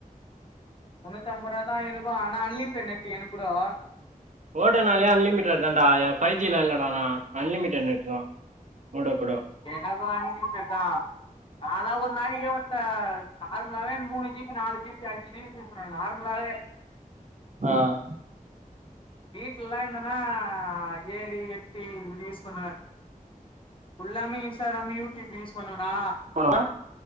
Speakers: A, on the left (about 35°); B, on the right (about 55°).
A: முன்னூத்திஐம்பது ரூவா தா எனக்கு ஆனா அன்லிமிட்டெட் நெட் எனக் கூடோ
B: ஓடோனாலே அன்லிமிட் தாடா ஃபைவ் ஜிலா இல்லடா நா அன்லிமிட்டடு நெட் தா ஓடோக்குடோ
A: எனக்கு அன்லிமிட்டட் தா ஆனா நாளா ஒரு நாளைக்கே ஒருத்த நார்மலாவவே மூணு ஜி பி நாலு ஜி பி அஞ்சு ஜி யூஸ் பண்ணுவே நார்மலாவே
B: ஆன்
A: வீட்லலா இருந்தனா ஏழு எட்டு இப்டி யூஸ் பண்ணுவே ஃபுல்லாமே இன்ஸ்டாகிராமு யூடியூப் யூஸ் பண்ணுவனா
B: ஹலோ